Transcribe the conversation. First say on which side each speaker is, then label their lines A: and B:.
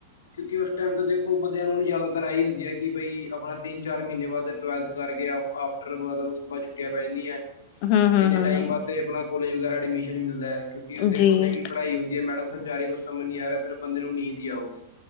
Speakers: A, on the left; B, on the left.
A: ਕਿਉਂਕਿ, ਉਸ ਟਾਈਮ ਤੇ ਦੇਖੋ ਬੰਦਿਆਂ ਨੂੰ, ਜ਼ਿਆਦਾਤਰ ਆਹੀ ਹੁੰਦੀ ਹੈ ਕਿ, ਬਈ ਆਪਣਾ ਤਿੰਨ- ਚਾਰ ਮਹੀਨੇ ਬਾਅਦ ਟਵੈਲਥ ਕਰਕੇ, ਆਫਟਰ ਉਸ ਤੋਂ ਬਾਅਦ ਛੁੱਟੀਆਂ ਪੈ ਜਾਂਦੀਆਂ,
B: ਹਮ ਹਮ
A: ਇੰਨੇ ਟਾਈਮ
B: ਹਮ ਹਮ
A: ਵਸਤੇ ਆਪਣਾ ਕੋਲੇਜ ਵਗੈਰਾ, ਐਡਮਿਸ਼ਨ ਨਹੀਂ ਮਿਲਦਾ, ਕਿਉਂਕਿ, ਦੇਖੋ
B: ਜੀ
A: ਨਵੀ ਪੜ੍ਹਾਈ ਹੁੰਦੀ ਹੈ, ਰਹੀ ਮੈਡਮ ਸਮਝਾ ਰਹੀ ਕੁੱਝ ਸਮਝ ਨਹੀਂ ਆ ਰਿਹਾ ਫਿਰ ਬੰਦੇ ਨੂੰ, ਨੀਂਦ ਹੀ ਆਉਗੀ